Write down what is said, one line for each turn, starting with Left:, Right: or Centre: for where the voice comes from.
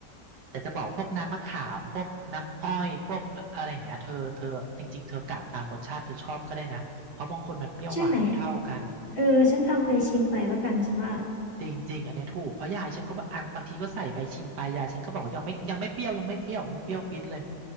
Right: แต่จะบอกพวกน้ำมะขามพวกน้ำอ้อยพวกอะไรอย่างเงี้ยเธอเธอจริงๆเธอกะตามรสชาติเธอชอบก็ได้นะเพราะบางคนมันเปรี้ยวหวานไม่เท่ากัน
Left: ใช่ไหมเออฉันทำไปชิมไปแล้วกันฉันว่า
Right: จริงๆอันเนี้ยถูกเพราะยายฉันก็บางอันบางทีก็ใส่ไปชิมไปยายฉันก็บอกว่ายังไม่ยังไม่เปรี้ยวยังไม่เปรี้ยวอุ้ยเปรี้ยวปิดเลย